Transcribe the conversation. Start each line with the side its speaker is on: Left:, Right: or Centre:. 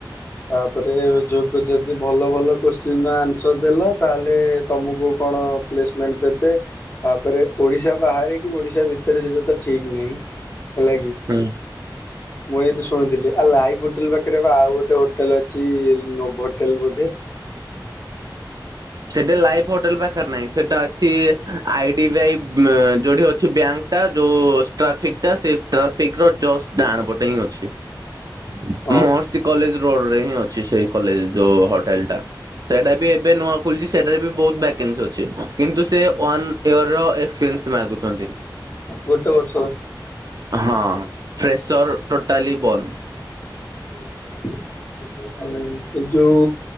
Left: ତାପରେ ଯଉକୁ ଯଦି ଭଲ ଭଲ କୋଶ୍ଚିନର ଆନ୍ସର ଦେଲ ତାହେଲେ ତମକୁ କଣ ପ୍ଲେସମେଣ୍ଟ ଦେବେ ତାପରେ ଓଡିଶା ବାହାରେ କି ଓଡିଶା ଭିତରେ ସେଇଟା ତ ଠିକ୍ ନାହିଁ। ହେଲା କି
Right: ହୁଁ।
Left: ମୁଁ ଏ ଏନ୍ତି ଶୁଣିଥିଲି ଆଉ ଲାଇଭ୍ ହୋଟେଲ୍ ପାଖରେ ବା ଆଉ ଗୋଟେ ହୋଟେଲ୍ ଅଛି ନୋଭ୍ ହୋଟେଲ୍ ବୋଧେ। <inaudible>
Right: ସେଟା ଲାଇଭ୍ ହୋଟେଲ୍ ପାଖରେ ନାହିଁ। ସେଟା ଅଛି ଆଇ ଡି ବି ଆଇ ଯୋଉଠି ଅଛି ବ୍ୟାଙ୍କ ଟା ଯୋଉ ଟ୍ରାଫିକ୍ ଟା ସେ ଟ୍ରାଫିକ୍ ର ଜଷ୍ଟ ଡାହାଣପଟେ ହିଁ ଅଛି।
Left: <unintelligible>
Right: ମହର୍ଷି କଲେଜ୍ ରୋଡ୍ ରେ ହିଁ ଅଛି ସେଇ କଲେଜ୍ ଯୋଉ ହୋଟେଲ୍ ଟା ସେଇଟା ବି ଏବେ ନୂଆ ଖୋଲିଛି ସେଠାରେ ବି ବହୁତ୍ ଭାକାନ୍ସି ଅଛି। କିନ୍ତୁ ସେ ୱାନ୍ ଇଅର୍ ର ଏକ୍ସପିରିଏନ୍ସ ମାଗୁଛନ୍ତି।
Left: ଗୋଟେ ବର୍ଷ?
Right: ହଁ ଫ୍ରେସର୍ ଟୋଟାଲି ବନ୍ଦ୍।
Left: <unintelligible> ଏ ଯୋଉ